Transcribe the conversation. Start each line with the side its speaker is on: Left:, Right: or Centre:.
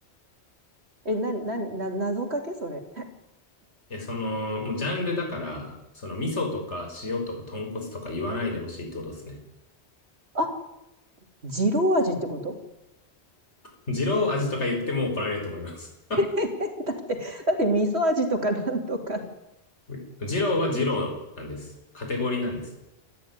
Right: <laughs> え、な、な、な、謎かけそれ。
Left: え、その、もうジャンルだから、その味噌とか塩とか豚骨とか言わないでほしいってことですね。
Right: あ、二郎味ってこと
Left: 二郎味とか言っても怒られると思います。
Right: <laughs> だって、だって味噌味とかなんとか。
Left: <laughs> 二郎は二郎なんです。カテゴリーなんです。